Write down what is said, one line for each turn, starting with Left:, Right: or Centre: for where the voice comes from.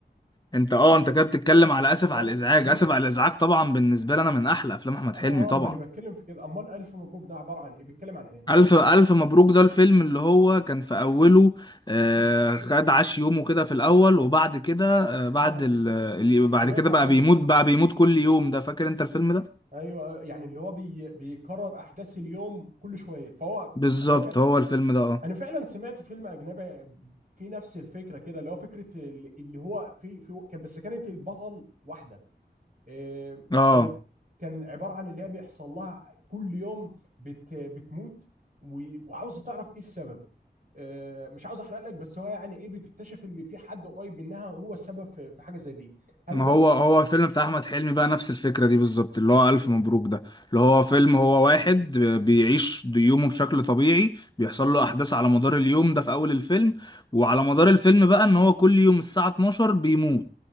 Left: انت اه
Right: إيه،
Left: انت كده بتتكلم على آسف
Right: امال
Left: على الإزعاج
Right: امال
Left: آسف
Right: ايه
Left: على الإزعاج طبعا بالنسبة لي انا من احلى افلام احمد
Right: اه
Left: حلمي طبعا
Right: اه ما انا بتكلم في كده امال الف مبروك ده عباره عن ايه بيتكلم عن ايه
Left: ألف ألف مبروك ده الفيلم اللي هو كان في أوله آه خد عاش يومه كده في الأول وبعد كده آه بعد
Right: اه
Left: ال ال- بعد
Right: سمعت
Left: كده
Right: عنه
Left: بقى بيموت
Right: فعلا
Left: بقى بيموت كل يوم ده فاكر أنت الفيلم ده؟
Right: ايوه آه، يعني اللي هو بي بيكرر احداث اليوم كل شويه فهو
Left: بالظبط
Right: هو كان
Left: هو الفيلم ده اه
Right: انا فعلا سمعت فيلم اجنبي في نفس الفكره كده اللي هو فكره اللي اللي هو في في كان- بس كانت البطل واحده إيه،
Left: اه
Right: كانت كان عباره عن اللي هي بيحصل لها كل يوم بت بتموت و- وعاوزه تعرف ايه السبب آه، مش عاوز احرق لك بس هو يعني ايه بتكتشف ان في حد قريب منها هو السبب في في حاجه زي دي هل
Left: ما
Right: دوت
Left: هو
Right: الك...
Left: هو الفيلم بتاع احمد حلمي بقى نفس الفكره دي بالظبط اللي هو
Right: ب-
Left: الف مبروك ده اللي هو فيلم هو
Right: مم.
Left: واحد بيعيش يومه بشكل طبيعي بيحصل له احداث على مدار اليوم ده في اول الفيلم وعلى مدار الفيلم بقى ان هو كل يوم الساعه 12 بيموت